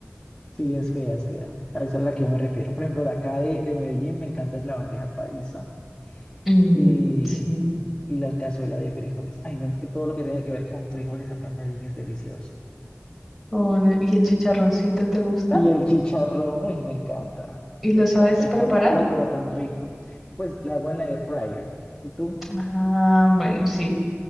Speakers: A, on the left; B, in the centre.
A: sí, es fea, es fea. A esa es a la que yo me refiero. Por ejemplo, la acá de, de Medellín me encanta es la bandeja paisa.
B: Mm,
A: y
B: sí.
A: y la cazuela de frijoles. Ay, no, es que todo lo que tenga que ver con frijoles acá en Medellín es delicioso.
B: Con ¿y el chicharroncito te gusta?
A: Y el chicharrón, ay, me encanta,
B: ¿Y lo
A: me encanta.
B: sabes
A: Es
B: preparar?
A: tan malo, pero tan rico. Pues la hago en la air fryer. ¿Y tú?
B: Ah, bueno, sí,